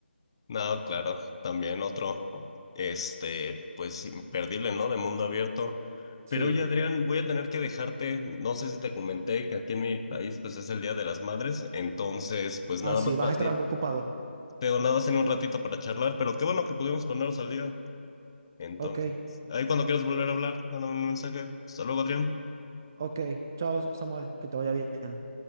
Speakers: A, on the left; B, on the right.
A: No, claro, también otro, este, pues imperdible, ¿no? De mundo abierto.
B: Sí,
A: Pero oye, Adrián, voy a tener que dejarte. No sé si te comenté que aquí en mi país, pues es el Día de las Madres. Entonces, pues nada
B: así
A: más
B: vas
A: para...
B: a estar algo ocupado.
A: Te nada más en un ratito para charlar, pero qué bueno que pudimos ponernos al día. Entonces,
B: Ok,
A: ahí cuando quieras volver a hablar, mándame un mensaje. Hasta luego, Adrián.
B: ok, chao Samuel, que te vaya bien.